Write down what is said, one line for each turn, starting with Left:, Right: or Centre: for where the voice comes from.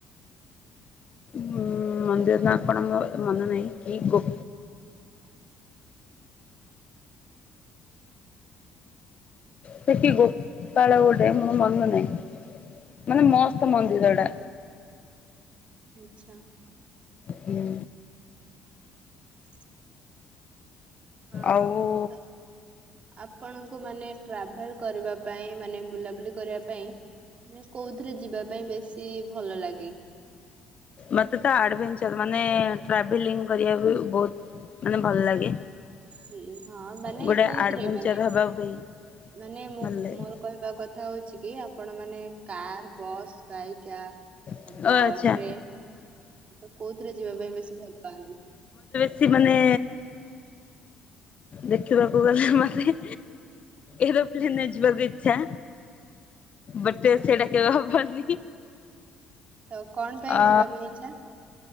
Left: ହୁଁ ମନ୍ଦିର ନାଁ କଣ ମୋର ମନ ନାହିଁ କି ଗୋ ସେ କି ଗୋପାଳ ଗୋଟେ ମୋର ମନ ନାହିଁ। ମାନେ ମସ୍ତ ମନ୍ଦିର ଡା।
Right: ଆନ୍ଚ୍ଛା।
Left: ହୁଁ।
Right: <inaudible> ହଁ।
Left: ଆଉ ଉ
Right: ତ ଆପଣଙ୍କୁ ମାନେ ଟ୍ରାଭେଲ କରିବା ପାଇଁ ମାନେ ବୁଲାବୁଲି କରିବା ପାଇଁ ମାନେ କୋଉଥିରେ ଯିବା ପାଇଁ ବେଶୀ ଭଲ ଲାଗେ?
Left: ମତେ ତ ଆଡଭେଞ୍ଚର ମାନେ ଟ୍ରାଭେଲିଙ୍ଗ କରିଆକୁ ବହୁତ ମାନେ ଭଲ ଲାଗେ।
Right: ହୁଁ ହଁ ମାନେ
Left: ଗୋଟେ
Right: କୋଉଥିରେ
Left: ଆଡଭେଞ୍ଚର
Right: ମାନେ
Left: ହେବା ପାଇଁ
Right: ମାନେ ମୁଁ
Left: ଭଲ ଲାଗେ।
Right: ମୋର କହିବା କଥା ହଉଛି କି ଆପ ଆପଣ ମାନେ କାର, ବସ୍ ବାଇକ୍ ୟା
Left: ଓ
Right: ବ
Left: ଆଚ୍ଛା
Right: ଟ୍ରେନ୍ ତ କୋଉଥିରେ ଯିବା ପାଇଁ ବେଶୀ ଭଲ ପାଆନ୍ତି?
Left: ସେ ମାନେ ଦେଖିବାକୁ ଗଲେ ମତେ ଏରୋପ୍ଲେନରେ ଯିବାକୁ ଇଚ୍ଛା।
Right: ଆଚ୍ଛା
Left: ବଟେ ସେଇଟା କେବେ ହବନି।
Right: ତ କଣ ପାଇଁ
Left: ଅ ଆ
Right: ଯିବା ପାଇଁ ଇଚ୍ଛା?